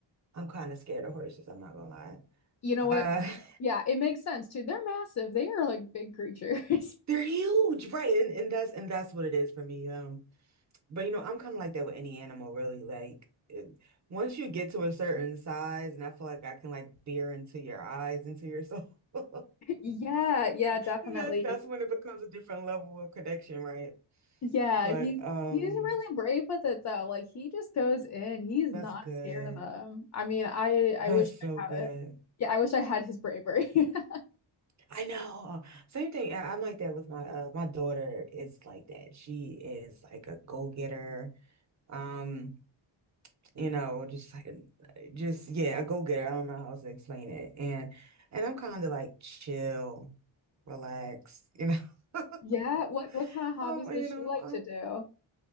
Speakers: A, on the right; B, on the left.
A: I'm kind of scared of horses. I'm not gonna lie.
B: You know
A: Uh,
B: what? Yeah, it makes sense too. They're massive. They are like big creatures.
A: <laughs>
B: <laughs>
A: they're huge, right? And, and that's and that's what it is for me. Um, but you know, I'm kind of like that with any animal, really. Like, it- once you get to a certain size, and I feel like I can like peer into your eyes, into your soul. <laughs>
B: Yeah, yeah, definitely.
A: That's that's when it becomes a different level of connection, right?
B: Yeah,
A: But
B: he's
A: um,
B: he's really brave with it though. Like he just goes in. He's
A: that's
B: not
A: good.
B: scared of them. I mean, I I
A: That's
B: wish
A: so
B: I
A: good.
B: had it. Yeah, I wish I had his bravery. <laughs>
A: I know. Same thing. I, I'm like that with my uh my daughter is like that. She is like a go-getter. Um, you know, just like just yeah, a go-getter. I don't know how else to explain it. And and I'm kind of like chill, relax, you know. <laughs>
B: Yeah, what what kind of hobbies
A: Um,
B: does
A: you know,
B: she like
A: um,
B: to do?